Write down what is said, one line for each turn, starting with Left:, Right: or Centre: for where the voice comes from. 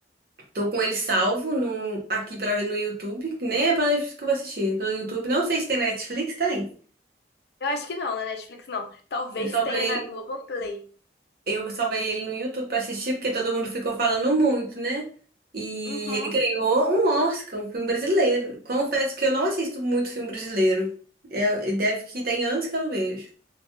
Right: tô com ele salvo no, aqui pra ver no YouTube, que nem é pela Netflix que eu vou assistir, é pelo YouTube. Não sei se tem Netflix, tem.
Left: Eu acho que não, na Netflix não. Talvez
Right: Eu salvei
Left: tenha na
Right: ele,
Left: Globoplay.
Right: eu salvei ele no YouTube pra assistir, porque todo mundo ficou falando muito, né? E
Left: Uhum.
Right: ele ganhou um Oscar, um filme brasileiro. Confesso que eu não assisto muito filme brasileiro. Eu, deve que tem anos que eu não vejo.